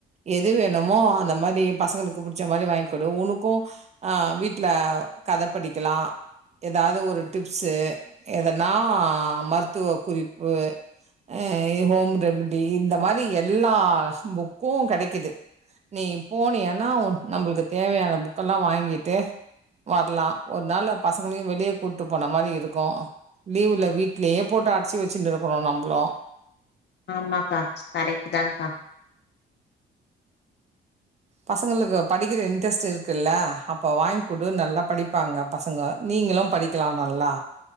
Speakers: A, on the right (about 35°); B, on the left (about 60°).
A: எ எது வேணுமோ அந்த மாரி பசங்களுக்கு புடிச்ச மாரி வாங்கிக் குடு உனக்கு வீட்டில கத படிக்கலா எதாவது ஒரு டிப்ஸு எதன்னா மருத்துவ குறிப்பு ஆ ஹோம் ரெமிடி இந்த மாரி எல்லா புக்கும் கெடைக்கிது நீ போனியன்னா நம்மளுக்கு தேவையான புக்கெல்லா வாங்கிட்டு வர்லா ஒரு நாள்ள பசங்களையு வெளிய‌ கூட்டு போன மாரி இருக்கு லீவுல வீட்லே போட்டு அடச்சி வெச்சுன்று இருக்குறோ நம்பளு
B: ஆமாக்கா கரெக்ட் தான்கா
A: பசங்களுக்கு படிக்கிற இன்ட்ரெஸ்ட் இருக்குல்ல அப்ப வாய்ங்குடு நல்லா படிப்பாங்க பசங்க நீங்களு படிக்கலா நல்லா